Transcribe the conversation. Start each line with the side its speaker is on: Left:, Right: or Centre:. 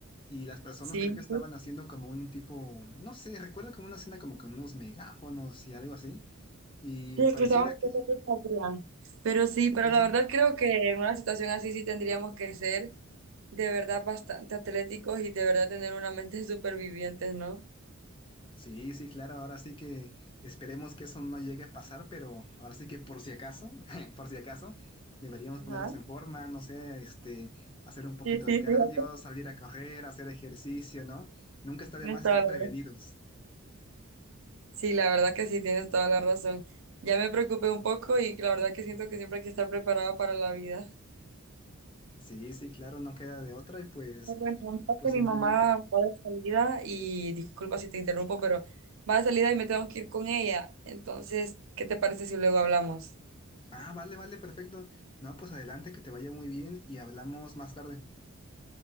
Left: Y las personas
Right: Sí.
Left: creo que estaban haciendo como un tipo, no sé, recuerdo como una escena como con unos megáfonos y algo así Y
Right: Sí,
Left: pareciera
Right: es que estaban haciendo
Left: que
Right: mucha fila. Pero sí, pero
Left: dicen,
Right: la verdad creo que en una situación así sí tendríamos que ser. de verdad bastante atléticos y de verdad tener una mente <laughs> de supervivientes, ¿no?
Left: sí, sí, sí, claro, ahora sí que esperemos que eso no llegue a pasar, pero ahora sí que por si acaso, <laughs> por si acaso, deberíamos
Right: Ajá.
Left: ponernos en forma, no sé, este, hacer un poquito
Right: Sí, sí,
Left: de cardio,
Right: fíjate,
Left: salir a correr, hacer ejercicio, ¿no? Nunca está
Right: tienes
Left: de más
Right: toda
Left: estar
Right: la
Left: prevenidos.
Right: razón. Sí, la verdad que sí, tienes toda la razón. Ya me preocupé un poco y la verdad que siento que siempre hay que estar preparado para la vida.
Left: Sí, sí, claro, no queda de otra y pues,
Right: Pero Bueno, ahorita
Left: pues
Right: mi
Left: simplemente,
Right: mamá va de salida. salida y disculpa si te interrumpo, pero va de salida y me tengo que ir con ella. Entonces, ¿qué te parece si luego hablamos?
Left: ah, vale, vale, perfecto. No, pues adelante, que te vaya muy bien y hablamos más tarde.